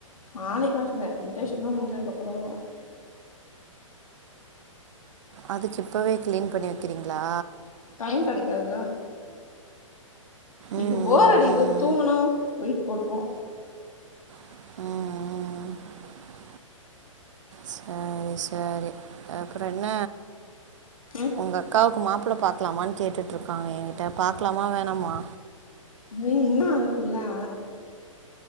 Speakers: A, on the left (about 80°); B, on the right (about 65°).
A: நாளைக்கு ஆட்ல இன்டர்ன்ஷிப்லா முடிஞ்சதுக்கு அப்றோ
B: அதுக்கு இப்பவே கிளீன் பண்ணி வைக்கிறீங்களா
A: டைம் கிடைக்காதுல இப்ப
B: ம்
A: போர்
B: ம்
A: அடிக்குது
B: ம்
A: தூங்கணு ஒய் போட்ரு
B: உம் உம் சாரி சாரி அப்றோ என்ன
A: ம்
B: உங்க அக்காவுக்கு மாப் புள பாக்லாமான் கேட்டுட்டு இருக்காங்க எங்கிட்ட பாக்லாமா வேணாமா
A: ஏ இன்னு அதுக்குள்ளா